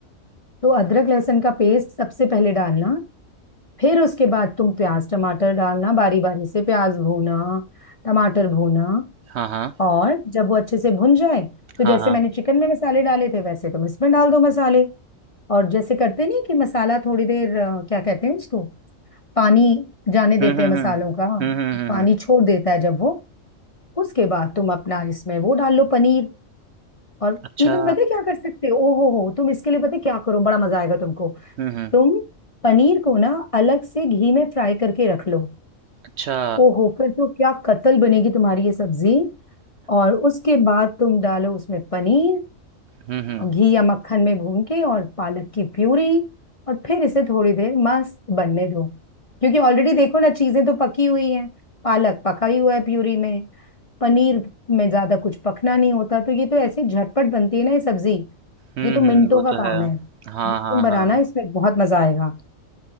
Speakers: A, on the left; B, on the right.
A: तो अदरक लहसुन का पेस्ट सबसे पहले डालना फिर उसके बाद तुम प्याज टमाटर डालना बारी बारी से प्याज भूना टमाटर भूना
B: हाँ हाँ
A: और जब वो अच्छे से भुन जाए तो
B: हाँ
A: जैसे
B: हाँ
A: मैंने चिकन में मसाले डाले थे वैसे तुम इसमें डाल दो मसाले और जैसे करते नहीं कि मसाला थोड़ी देर अ, क्या कहते हैं उसको पानी जाने देते
B: हम्म हम्म
A: हैं मसालों
B: हम्म
A: का
B: हम्म हम्म हम्म,
A: पानी
B: हम्म,
A: छोड़ देता है जब वो उसके बाद तुम अपना इसमें वो डाल लो पनीर और
B: अच्छा
A: इवन पता है क्या कर सकते हो ओ हो हो तुम इसके लिए पता है क्या करो बड़ा मजा आएगा तुमको
B: हम्म हम्म
A: तुम पनीर को ना अलग से घी में फ्राई करके रख लो
B: अच्छा
A: ओ हो फिर तो क्या कतल बनेगी तुम्हारी ये सब्जी और उसके बाद तुम डालो उसमें पनीर
B: हम्म हम्म
A: और घी या मक्खन में भून के और पालक की प्यूरी और फिर इसे थोड़ी देर मस्त बनने दो क्योंकि ऑलरेडी देखो ना चीजें तो पकी हुई हैं पालक पका ही हुआ है प्यूरी में पनीर में ज्यादा कुछ पकना नहीं होता तो ये तो ऐसे झटपट बनती है ना ये सब्जी
B: हम्म
A: ये तो मिनटों
B: हम्म, वो
A: का
B: तो
A: काम
B: है
A: है
B: हाँ
A: ये
B: हाँ
A: तुम बनाना
B: हाँ
A: इसमें बहुत मजा आएगा